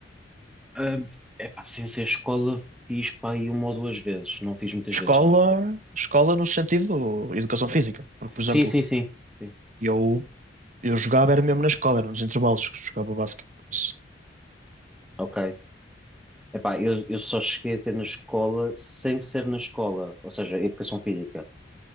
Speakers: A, in the centre; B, on the right.
A: Ah, epá, sem ser escola, fiz pá, aí uma ou duas vezes. Não fiz muitas
B: Escola,
A: vezes, não.
B: escola no sentido educação física, porque por
A: Sim,
B: exemplo,
A: sim, sim. Sim.
B: eu eu jogava era mesmo na escola, era nos intervalos que jogava basquete, por isso.
A: Ok. Epá, eu, eu só cheguei a ter na escola sem ser na escola, ou seja, educação física.